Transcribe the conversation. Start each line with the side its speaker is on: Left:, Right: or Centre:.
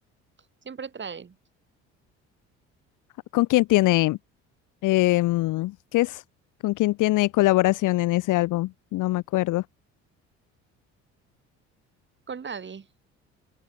Right: siempre traen.
Left: ¿Con quién tiene? em, ¿qué es? ¿Con quién tiene colaboración en ese álbum? No me acuerdo.
Right: Con nadie.